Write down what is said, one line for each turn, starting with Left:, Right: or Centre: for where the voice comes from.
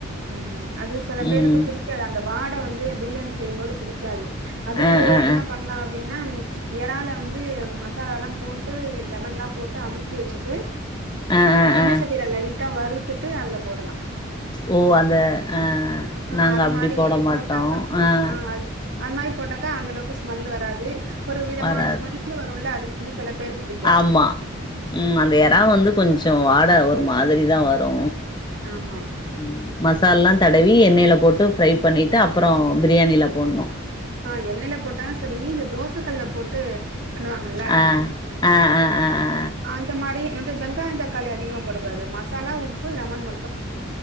Right: ம் அது சில பேருக்கு
Left: ம்
Right: பிடிக்காது அந்த வாடை வந்து பிரியாணி செய்யும்போது பிடிக்காது அதுக்கு
Left: ஆ ஆ
Right: என்ன
Left: ஆ
Right: பண்ணலா அப்டின்னா எறால வந்து மசாலால்லா போட்டு லெமன்ல்லா போட்டு அமுக்கி வச்சுட்டு
Left: ஆ ஆ
Right: எண்ண
Left: ஆ
Right: சட்டில லைட்டா வருத்துட்டு அதுல போடலா
Left: ஓ அந்த அஹ்
Right: ஆ
Left: நாங்க
Right: அது
Left: அப்டி
Right: மாரி
Left: போட மாட்டோ
Right: போட்டாக்கா
Left: அஹ்
Right: ஆ அது அது மாரி போட்டாக்கா அந்த அளவுக்கு ஸ்மெல் வராது ஒரு விதமான
Left: வராது
Right: ஸ்மெல் வரும்ல அது வந்து சில பேருக்கு புடி
Left: ஆமா ம் அந்த எறா வந்து கொஞ்ச வாட ஒரு மாரி தா வரு
Right: ஆமா
Left: ம் மசாலல்லா தடவி எண்ணெல போட்டு ஃப்ரை பண்ணிட்டு அப்பறோ பிரியாணில போடணு
Right: ஆஹ் எண்ணெயில போட்டாலு செரி இந்த தோச கல்ல போட்டு பண்ணுவாங்கல்ல
Left: ஆ ஆ ஆ ஆ ஆ
Right: அந்த மாரி வந்து வெங்காய தக்காளி அதிகமாக போடக்கூடாது மசாலா உப்பு லெமன் மட்டு